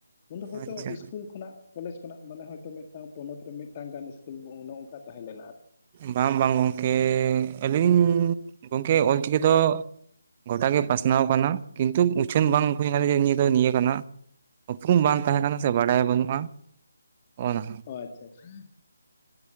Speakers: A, on the left; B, on the right.
A: ᱩᱱᱫᱚ ᱦᱚᱭᱛᱚ
B: ᱟᱪᱪᱷᱟ
A: ᱤᱥᱠᱩᱞ ᱠᱷᱚᱱᱟᱜᱼ ᱠᱚᱞᱮᱪ ᱠᱷᱚᱱᱟᱜ ᱢᱟᱱᱮ ᱦᱚᱭᱛᱚ ᱢᱤᱫᱴᱟᱝ ᱯᱚᱱᱚᱛ ᱨᱮ ᱢᱤᱫᱴᱟᱝ ᱜᱟᱱ ᱤᱥᱠᱩᱞ ᱚᱱᱮ ᱚᱱᱠᱟ ᱛᱟᱦᱮᱸ ᱞᱮᱱᱟ ᱟᱨ᱾
B: ᱵᱟᱝ ᱵᱟᱝ ᱜᱚᱝᱠᱮ ᱟᱹᱞᱤᱧ ᱜᱚᱝᱠᱮ ᱚᱞ ᱪᱤᱠᱤ ᱫᱚ ᱜᱚᱴᱟ ᱜᱮ ᱯᱟᱥᱱᱟᱣ ᱠᱟᱱᱟ ᱠᱤᱱᱛᱩ ᱩᱪᱷᱟᱹᱱ ᱵᱟᱝ ᱦᱩᱭ ᱠᱟᱱ ᱛᱮ ᱡᱮ ᱱᱤᱭᱟᱹ ᱫᱚ ᱱᱤᱭᱟᱹ ᱠᱟᱱᱟ᱾ ᱩᱯᱨᱩᱢ ᱵᱟᱝ ᱛᱟᱦᱮᱸ ᱠᱟᱱᱟ ᱥᱮ ᱵᱟᱰᱟᱭ ᱵᱟᱹᱱᱩᱜᱼᱟ ᱚᱜᱼᱚᱱᱟᱼᱼ
A: ᱚ ᱟᱪᱪᱷᱟ ᱪᱷᱟ᱾